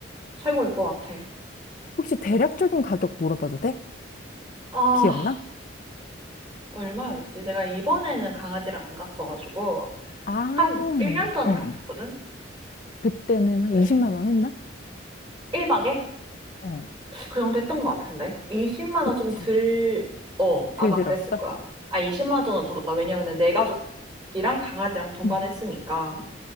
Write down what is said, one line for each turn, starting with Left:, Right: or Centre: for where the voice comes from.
Right: 최고일 것 같아.
Left: 혹시 대략적인 가격 물어봐도 돼?
Right: 아,
Left: 기억나?
Right: 얼마였지? 내가 이번에는 강아지랑 안 갔어가지고
Left: 아,
Right: 한
Left: 어.
Right: 1년 전에
Left: 어.
Right: 갔었거든?
Left: 그때는 한
Right: 근데
Left: 20만 원 했나?
Right: 1박에?
Left: 어,
Right: 그 정도 했던 것 같은데. 20만
Left: 그치.
Right: 원 좀 들, 어, 아마
Left: 들들었어?
Right: 그랬을 거야. 아, 20만 원은 들었다. 왜냐면은 내 가족이랑 강아지랑 동반했으니까.
Left: 응